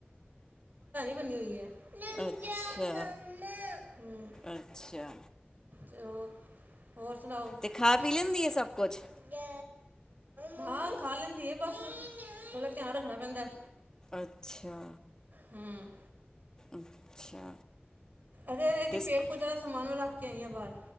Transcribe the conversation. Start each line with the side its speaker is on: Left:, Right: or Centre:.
Right: ਬਣੀ ਹੋਈ ਹੈ ਨੰਜਾ
Left: ਅੱਛਾ
Right: ਮੰਮਾ ਹੂੰ
Left: ਅੱਛਾ
Right: ਚਲੋ ਹੋਰ ਸੁਣਾਓ
Left: ਤੇ ਖਾ
Right: ਹਾਂ
Left: ਪੀ ਲੈਂਦੀ ਆ ਸਭ ਕੁਛ
Right: ਹਾਂ ਖਾ ਲੈਂਦੀ ਆ ਬਸ ਥੋੜਾ ਧਿਆਨ ਰੱਖਣਾ ਪੈਂਦਾ
Left: ਅੱਛਾ
Right: ਹਮ
Left: ਅੱਛਾ
Right: ਅ ਇਹਦੀ
Left: ਤੇ ਸਕੂ-
Right: ਪੇੜ ਪੂਜ ਦਾ ਸਮਾਨ ਵੀੱਖ ਈਆਂ ਬਾਹਰ